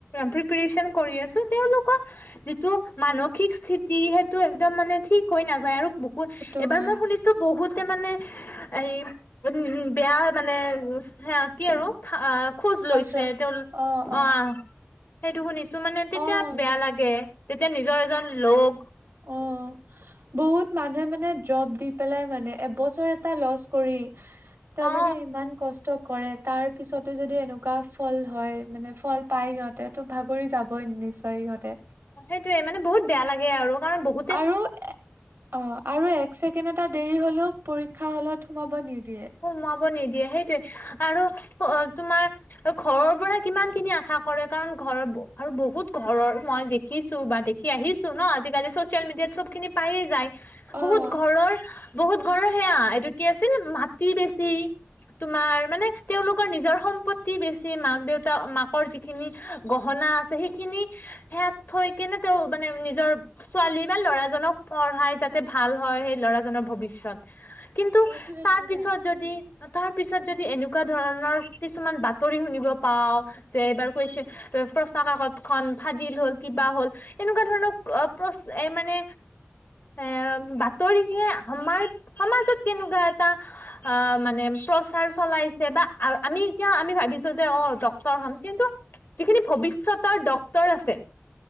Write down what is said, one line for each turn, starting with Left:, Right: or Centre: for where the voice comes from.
Left: প্ৰিপৰেচন কৰি আছোঁ। তেওঁলোকৰ যিটো মানসিক স্থিতি সেইটো একদম মানে ঠিক হৈ নাযায় আৰু বহুত,
Right: সেইটো
Left: এইবাৰ
Right: হয়
Left: মই শুনিছোঁ বহুতে মানে এই বেয়া মানে, সেয়া কি আৰু? খা-খোজ লৈছে
Right: আশ্ৰয়
Left: তেওঁ
Right: অ', অ',
Left: অহ, সেইটো শুনিছোঁ মানে তেতিয়া
Right: অ',
Left: বেয়া লাগে, যেতিয়া নিজৰ এজন লগ
Right: অহ, বহুত মানুহে মানে জব দিল পেলাই মানে এবছৰ এটা লছ্ কৰি, তালৈকে
Left: অ
Right: ইমান কষ্ট কষ্ট কৰে তাৰপিছতো যদি এনেকুৱা ফল হয় মানে ফল পায় সিহঁতে, ত' ভাগৰি যাবই নিক্ষ কৈ ইহঁতে
Left: সেইটোৱে মানে বহুত বেয়া লাগে আৰু কাৰণ বহুত
Right: আৰু অহ' আৰু এক ছেকেণ্ড এটা দেৰি হলেও পৰীক্ষা হলত সোমাব নিদিয়ে।
Left: সোমোৱাব নিদিয়ে সেইটোৱে আৰু তোমাৰ ঘৰৰ পৰা কিমানখিনি আশা কৰে কাৰণ ঘৰৰ আৰু বহুত ঘৰৰ মই দেখি দেখিছোঁ বা দেখি আহিছোঁ ন' আজিকালি চচিয়েল মিডিয়াত চবখিনি প্ৰাইয়ে যায়
Right: অ',
Left: বহুত ঘৰৰ, বহুত ঘৰৰ সেয়া এইটো কি আছিল, মাটি বেছি তোমাৰ, মানে তেওঁওলোকৰ নিজৰ সম্পত্তি বেছি মাক-দেউতা, মাকৰ যিখিনি গহনা আছে, সেইখিনি সেয়াত থৈ কেনে তেওঁ মানে নিজৰ ছোৱালী বা ল'ৰাজনক পঢ়াই যাতে ভাল হয় সেই ল'ৰাজনৰ ভৱিষ্যত। কিন্তু
Right: সেইটোৱেটো
Left: তাৰপিছত
Right: না
Left: যদি, তাৰপিছত যদি এনে এনেকুৱা ধৰণৰ কিছুমান বাতৰি শুনিব পাওঁ। যে এইবাৰ কুৱেশন, প্ৰশ্ন কাকতখন ফাদিল হ'ল কিবা হ'ল। এনেকুৱা ধৰণৰ অহ, প্ৰ এ মানে এ বাতৰিয়ে আমাৰ সমাজত কেনেকুৱা এটা অহ, মানে প্ৰচাৰ চলাইছে বা আমি এতিয়া আমি ভাবিছোঁ যে অহ, ডক্তৰ হম কিন্তু যিখিনি ভৱিষ্যতৰ ডক্তৰ আছে।